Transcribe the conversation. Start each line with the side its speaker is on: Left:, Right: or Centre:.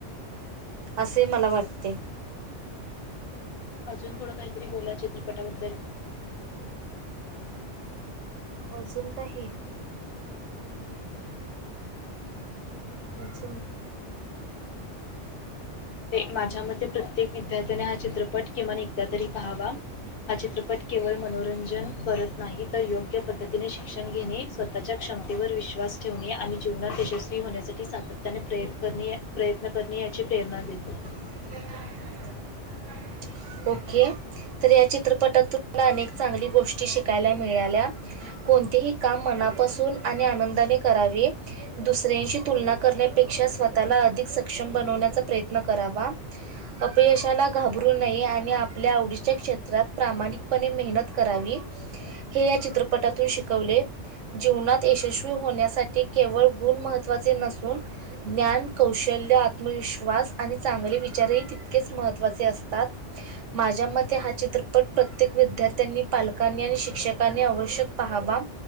Right: असे मला वाटते.
Left: अजून थोडं काहीतरी बोला चित्रपटाबद्दल
Right: अजून काही अजून
Left: ते माझ्या मते प्रत्येक विद्यार्थ्याने हा चित्रपट किमान एकदा तरी पहावा हा चित्रपट केवळ मनोरंजन करत नाही तर योग्य पद्धतीने शिक्षण घेणे स्वतःच्या क्षमतेवर विश्वास ठेवणे आणि जीवनात यशस्वी होण्यासाठी सातत्याने प्रयत्न करणे प्रयत्न करणे याची प्रेरणा देतो
Right: त <unintelligible> ओके तर या चित्रपटात तुम्हाला अनेक चांगली गोष्टी शिकायला मिळाल्या. कोणतेही काम मनापासून आणि आनंदाने करावे. दुसऱ्यांशी तुलना करण्यापेक्षा स्वतःला अधिक सक्षम बनवण्याचा प्रयत्न करावा. अपयशाला घाबरू नये. आणि आपल्या आवडीच्या क्षेत्रात प्रामाणिकपणे मेहनत करावी. हे या चित्रपटातून शिकवले. जीवनात यशस्वी होण्यासाठी केवळ गुण महत्त्वाचे नसून ज्ञान, कौशल्य, आत्मविश्वास आणि चांगले विचारही तितकेच महत्त्वाचे असतात. माझ्या मते हा चित्रपट प्रत्येक विद्यार्थ्यांनी, पालकांनी आणि शिक्षकांनी आवश्यक पहावा